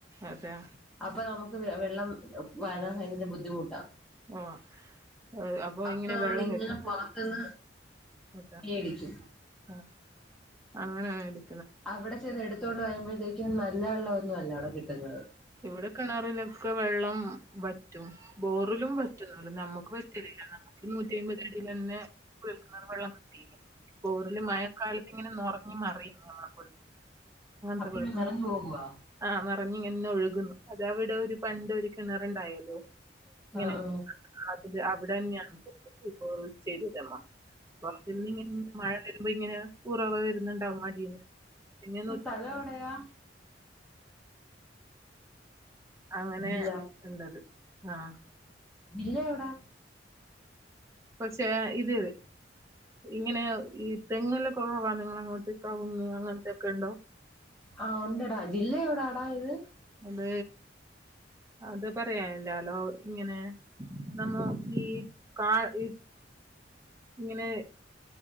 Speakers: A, on the right; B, in the centre.
A: അതെ.
B: അപ്പ ന്നമുക്ക് വെള്ളം വരാൻ ഭയങ്കര ബുദ്ധിമുട്ടാ.
A: ഓഹ് അപ്പൊ
B: അപ്പൊനമ്മളിങ്ങനെ
A: ഇങ്ങനെ വെള്ളം വരുന്നത്
B: പുറത്ത്ന്ന്
A: അതാ
B: മേടിക്കും.
A: ആഹ് അങ്ങനേടി.
B: അവടെചെന്ന് എട്ത്തോണ്ട് വരുമ്പത്തേക്കും ന്നല്ലെവെള്ളൊന്നോല്ല അവിടെകിട്ട് ന്നെ.
A: ഇവ്ടെ കെണറിലൊക്കെ വെള്ളംവറ്റും. ബോറിലും വറ്റുംന്നാലും ന്നമ്മുക്ക് വറ്റലില്ല ന്നമുക്ക് നൂറ്റിഅയ്മ്പത് അടിയിലെന്നെ കുഴൽ കിണർ വെള്ളത്തിത്തെ പോർല് മഴക്കാലത്ത് ഇങ്ങനെ നോർഞ് നെറിം നമ്മളെ കു
B: അപ്പഴും
A: ക്ക്ന്നത്
B: നിറഞ്ഞു പോകുവാ
A: ആ നെറഞ് ഇങ്ങനെഒഴു ക്ക്ന്നു അതഅവിടെ ഒരുപണ്ട് ഒരു കിണറ്ണ്ടായിരുന്നു ഇങ്ങനെ
B: ആ ആ
A: അത് അവിടെന്നെണ് ചെയ്ത തമ്മ അപ്പൊ അതിൽ നിന്ന് ഇങ്ങനെ മഴ വെരുമ്പോ ഇങ്ങനെ ഉറവ വെരുന്നുണ്ടാവും അതീന്ന് പിന്നെ
B: സ്ഥലം എവിടെയാ
A: അങ്ങനെ
B: ജില്ല
A: ഇണ്ടത് ആഹ്
B: ജില്ല എവിടാ?
A: കൊർച്ചെ ഇത് ഇങ്ങനെ ഈ തെങ്ങല്ലാംകൊവ നിങ്ങളങ്ങോട്ട് കവുങ്ങ് അങ്ങൻത്തൊക്കെ ഇണ്ടോ?
B: ആഹ് ഒണ്ടടാ ജില്ല എവുടാടാ ഇത്?
A: അത് അത് പറയാനില്ലാലോ ഇങ്ങനെ നമ്മോ ഈ കാ ഈ ഇങ്ങനെ